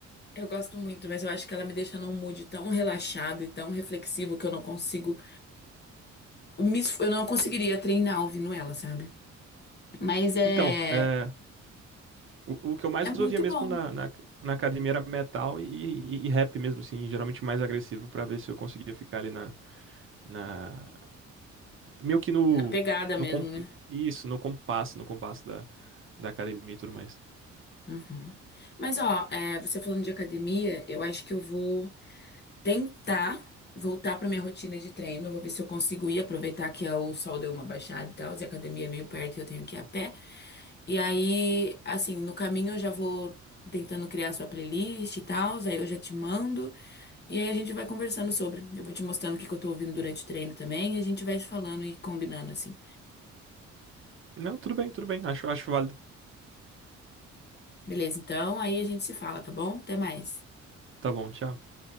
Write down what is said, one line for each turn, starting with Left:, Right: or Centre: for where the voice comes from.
Left: Eu gosto muito, mas eu acho que ela me deixa num mood tão relaxado e tão reflexivo que eu não consigo, me esf- eu não conseguiria treinar ouvindo ela, sabe? Mas é,
Right: Então, eh, O, o que eu mais
Left: é
Right: ouvia
Left: muito
Right: mesmo
Left: bom,
Right: na, na, na academia era metal e, e- e rap mesmo, assim, geralmente mais agressivo pra ver se eu conseguia ficar ali na, na meio que no,
Left: na pegada
Right: no
Left: mesmo,
Right: comp-
Left: né?
Right: isso, no compasso, no compasso da, da academia e tudo mais.
Left: Uhum. Mas ó, é, você falando de academia, eu acho que eu vou tentar voltar pra minha rotina de treino. Eu Vou ver se eu consigo ir, aproveitar que é o sol deu uma baixada e tal, e a academia é meio perto e eu tenho que ir a pé. E aí, assim, no caminho eu já vou tentando criar sua playlist e tal, aí eu já te mando. E aí a gente vai conversando sobre. Eu vou te mostrando o que que eu tô ouvindo durante o treino também, e a gente vai falando e combinando assim.
Right: Não, tudo bem, tudo bem, acho, acho válido.
Left: Beleza, então aí a gente se fala, tá bom? Até mais.
Right: Tá bom, tchau.